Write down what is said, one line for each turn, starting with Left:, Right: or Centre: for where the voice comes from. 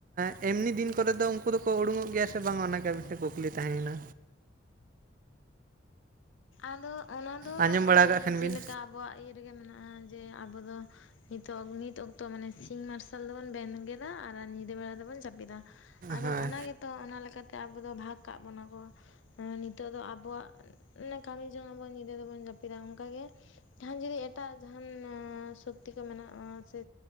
Right: ᱮᱸᱼᱼ ᱮᱢᱱᱤ ᱫᱤᱱ ᱠᱚᱨᱮ ᱫᱚ ᱩᱱᱠᱩ ᱫᱚᱠᱚ ᱩᱰᱩᱝᱚᱜ ᱜᱮᱭᱟ ᱥᱮ ᱵᱟᱝ ᱚᱱᱟ ᱜᱮ ᱢᱤᱫᱴᱮᱱ ᱠᱩᱠᱞᱤ ᱛᱟᱦᱮᱸᱭᱮᱱᱟ?
Left: ᱟᱫᱚ ᱚᱱᱟ ᱫᱚ
Right: ᱟᱸᱡᱚᱢ ᱵᱟᱲᱟ ᱠᱟᱜ ᱠᱷᱟᱱ
Left: ᱡᱮᱞᱮᱠᱟ
Right: ᱵᱤᱱ
Left: ᱟᱵᱚᱣᱟᱜ ᱤᱭᱟᱹ ᱨᱮᱜᱮ ᱢᱮᱱᱟᱜᱼᱟ ᱡᱮ ᱟᱵᱚ ᱫᱚ ᱱᱤᱛᱚᱜ, ᱱᱤᱛ ᱚᱠᱛᱚ ᱢᱟᱱᱮ ᱥᱤᱧ ᱢᱟᱨᱥᱟᱞ ᱫᱚᱵᱚᱱ ᱵᱮᱱᱜᱮᱫᱟ ᱟᱨ ᱧᱤᱫᱟᱹ ᱵᱮᱲᱟ ᱫᱚᱵᱚᱱ ᱡᱟᱯᱤᱫᱟ᱾ ᱟᱫᱚ
Right: ᱦᱳᱭ
Left: ᱚᱱᱟ ᱜᱮ ᱛᱚ ᱚᱱᱟ ᱞᱮᱠᱟᱛᱮ ᱟᱵᱚ ᱫᱚ ᱵᱷᱟᱜᱽ ᱠᱟᱜ ᱵᱚᱱᱟ ᱠᱚ, ᱮᱸ ᱱᱤᱛᱚᱜ ᱫᱚ ᱟᱵᱚᱣᱟᱜ ᱚᱢᱮ ᱠᱟᱢᱤ ᱡᱚᱝ ᱟᱵᱚᱱ ᱧᱤᱫᱟᱹ ᱫᱚᱵᱚᱱ ᱡᱟᱹᱯᱤᱫᱟ ᱚᱝᱠᱟ ᱜᱮ, ᱡᱟᱦᱟᱸᱱ ᱡᱩᱫᱤ ᱮᱴᱟᱜ ᱡᱟᱦᱟᱸᱱ ᱥᱚᱠᱛᱤ ᱠᱚ ᱢᱮᱱᱟᱜᱼᱟ, ᱥᱮ